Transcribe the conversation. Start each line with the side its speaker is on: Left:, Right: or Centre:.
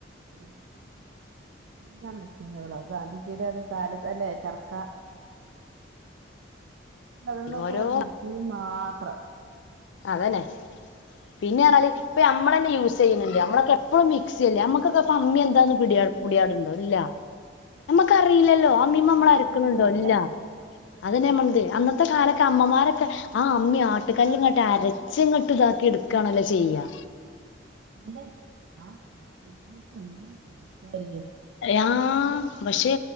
Right: <unintelligible> എല്ലാം മെഷീനുകള അത് ഗാന്ധിജിടൊക്കെ കാലത്ത് അല്ലേ ചർക്ക അതന്നൊക്കെ
Left: ഓരോ
Right: മെഷീൻ മാത്രം.
Left: അതന്നെ പിന്നെ ആണേല് ഇപ്പ നമ്മളന്നെ യൂസ് ചെയ്യുന്നുണ്ട് നമ്മളൊക്കെ എപ്പഴും മിക്സി അല്ലേ നമ്മുക്കെക്ക ഇപ്പ അമ്മി എന്താന്ന് പിടി പിടിപാടുണ്ടോ, ഇല്ല നമ്മക്കറിയില്ലല്ലോ അമ്മീമ്മ നമ്മളരക്കുന്നുണ്ടോ
Right: ഒന്നുമില്ല
Left: ഇല്ലാ അതന്നെയമ്മളത് അന്നത്തെ കാലൊക്ക അമ്മമാരൊക്കെ ആ അമ്മി, ആട്ടുകല്ലും അരച്ചങ്ങോട്ട് ഇതാക്കി എടുക്കണല്ലോ ചെയ്യാ
Right: അല്ലെ ആ ആ പതിലൊക്ക എന്തൊരു ആയിരിക്കും
Left: ആ, പക്ഷെ